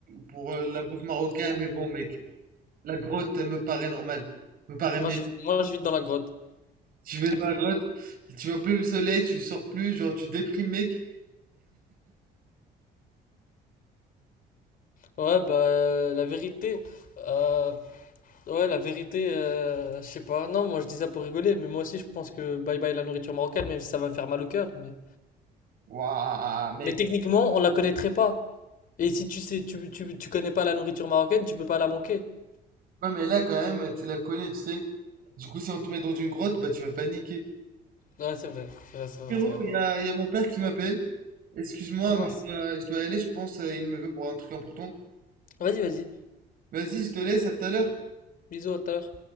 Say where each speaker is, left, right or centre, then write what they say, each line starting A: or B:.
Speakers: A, on the right; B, on the left.
A: pour euh, la bouffe marocaine, mais bon, mec, la grotte elle me paraît normale, me paraît
B: Moi,
A: mais
B: je, moi, je vis dans la grotte.
A: tu vas dans la grotte, tu vois plus le soleil, tu sors plus, genre tu déprimes, mec.
B: Ouais, bah, la vérité, euh, Ouais, la vérité, euh, je sais pas. Non, moi je dis ça pour rigoler, mais moi aussi je pense que bye bye la nourriture marocaine, même si ça va me faire mal au cœur. Mais,
A: Waouh, mec.
B: mais techniquement, on la connaîtrait pas. Et si tu sais, tu, tu, tu connais pas la nourriture marocaine, tu peux pas la manquer.
A: Ouais, mais là, quand même, tu la connais, tu sais. Du coup, si on te met dans une grotte, bah, tu vas paniquer.
B: Ouais, c'est vrai, c'est vrai, c'est vrai,
A: Frérot,
B: c'est vrai.
A: il y a, il y a mon père qui m'appelle. Excuse-moi,
B: Ah mince.
A: mais je dois, je dois y aller, je pense, euh, il me veut pour un truc important.
B: Vas-y, vas-y.
A: Vas-y, je te laisse, à tout à l'heure.
B: Bisous, à tout à l'heure.